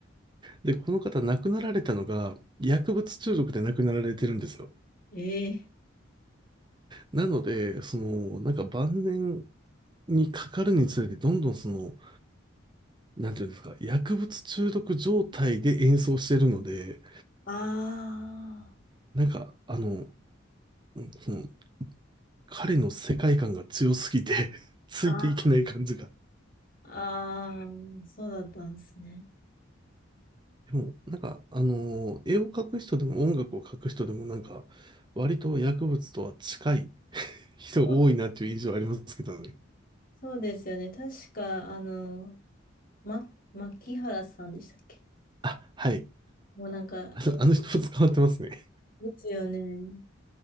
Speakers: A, on the right; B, on the left.
A: で、この方亡くなられたのが薬物中毒で亡くなられてるんですよ。
B: ええ
A: なので、その、なんか晩年にかかるにつれてどんどんその、なんていうんですか、薬物中毒状態で演奏してるので、
B: あ
A: なんか、あの、うんその、彼の世界観が強すぎて <laughs> ついていけない感じが。
B: あ、ああ、あーそうだったんですね。
A: でも、なんか、あのー絵を描く人でも音楽を描く人でも、なんか、割と薬物とは近い人多いなっていう印象ありますけどね。
B: そうだ、そうですよね。確か、あの、ま、牧原さんでしたっけ
A: あ、はい。
B: もうなんか、
A: あの、
B: え
A: あの人も捕まってますね。
B: ですよね。